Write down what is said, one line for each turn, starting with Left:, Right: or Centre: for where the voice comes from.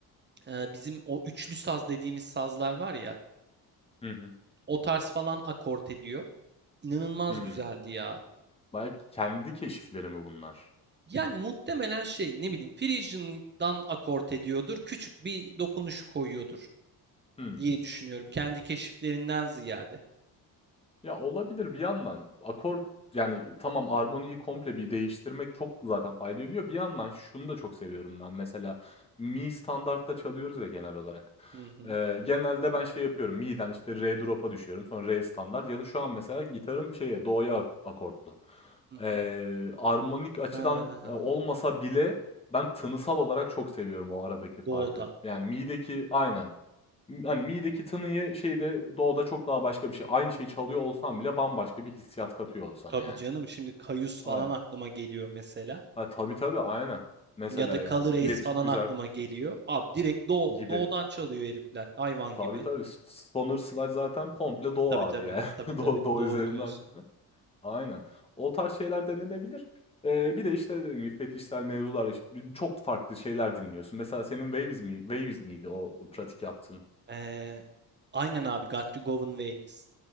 Right: e, bizim o üçlü saz dediğimiz sazlar var ya,
Left: Hı hı.
Right: o tarz falan akort ediyor. İnanılmaz
Left: Hımm.
Right: güzeldi ya.
Left: Belki kendi keşifleri mi bunlar?
Right: Yani muhtemelen şey ne bileyim Frisian'dan akort ediyordur. Küçük bir dokunuş koyuyordur
Left: Hımm.
Right: diye düşünüyorum. Kendi keşiflerinden ziyade.
Left: Ya, olabilir bir yandan. Akor yani tamam armoniyi komple bir değiştirmek çok zaten fayda ediyor. Bir yandan şunu da çok seviyorum ben mesela mi standartta çalıyoruz ya genel olarak.
Right: Hı hı.
Left: Eee, genelde ben şey yapıyorum mi'den işte re drop'a düşüyorum sonra re standart ya da şu an mesela gitarım şeye do'ya ak akortlu.
Right: Hı hı.
Left: Eee, armonik açıdan,
Right: Ha,
Left: eee, olmasa bile ben tınısal olarak çok seviyorum o aradaki farkı.
Right: doğuda.
Left: Yani mi'deki Aynen. Imm, hani, mi'deki tınıyı şeyde, doğuda çok daha başka bir şey. Aynı şeyi çalıyor olsan bile bambaşka bir hissiyat katıyor sana,
Right: Tabii
Left: yani.
Right: canım. Şimdi Kayus falan
Left: Ay
Right: aklıma geliyor mesela.
Left: ha, tabii, tabii, aynen. Mesela,
Right: Ya da
Left: yani,
Right: Color Ace
Left: Electric
Right: falan
Left: Wizard
Right: aklıma geliyor. Abi direkt Doğu,
Left: gibi.
Right: Doğu'dan çalıyor herifler. Hayvan
Left: Tabii,
Right: gibi.
Left: tabii. S Stoner Sludge zaten komple do
Right: Tabii
Left: abi,
Right: tabii.
Left: yani. <laughs>
Right: Tabii tabii.
Left: doğu do
Right: Doğru
Left: üzerinden
Right: diyorsun.
Left: çalıyor. Aynen. O tarz şeyler denenebilir. Eee, bir de, işte, dediğim gibi fetişsel mevzular, iş çok farklı şeyler dinliyorsun. Mesela senin Waviz mi Waviz miydi o pratik yaptığın?
Right: Ee, aynen abi. Got to Govern Waves.